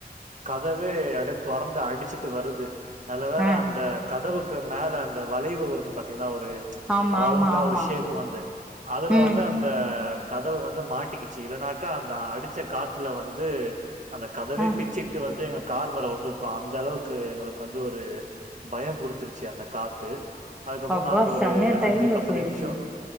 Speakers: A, on the right; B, in the centre.
A: கதவே அப்டி துறந்து அடிச்சுட்டு வருது நல்ல வேல
B: ஆ
A: அந்த கதவு மேல அந்த வளைவு இருக்கும் பாத்தீங்கன்னா ஒரு
B: ஆமா
A: ரவுண்டா
B: ஆமா ஆமா
A: ஒரு ஷேப் வந்து அதுல
B: ம்
A: வந்து அந்த கதவு வந் து மாட்டிக்கிச்சு இல்ன்னாக்கா அந் ஆ அடிச்ச காத்துல வந்து அந்தக் கதவே
B: ஆ
A: பிச்சுட்டு வந்து எங்க கார் மேல வந்திருக்கும் அந்த அளவுக்கு எங்களுக்கு வந்து ஒரு பயம் கொடுத்துருச்சு அந்த காத்து அதுக்கப்பறோ
B: அப்பா
A: நாங்க ஒ ஒரு
B: செமையா டைம்ல
A: அஞ்சு பத்து
B: போயிருக்கீங்
A: நிமிஷோ